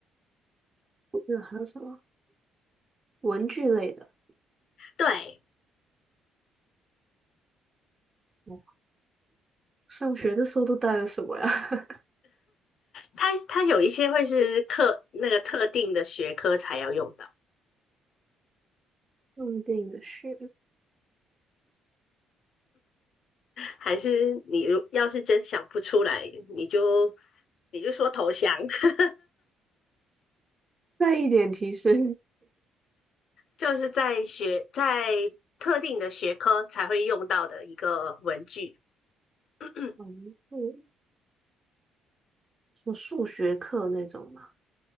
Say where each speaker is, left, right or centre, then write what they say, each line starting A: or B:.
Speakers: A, on the right (about 30°); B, on the left (about 60°).
A: 那还有什么？文具类的。
B: 对，
A: 嗯上学的时候都带了什么呀？
B: 它它有一些会是课那个特定的学科才要用到，
A: <laughs> 电影的书，
B: 还是你如要是真想不出来，你就你就说投降。<laughs>
A: 再一点提示，
B: 就是在学在特定的学科才会用到的一个文具。<coughs>
A: 嗯，就什么数学课那种吗？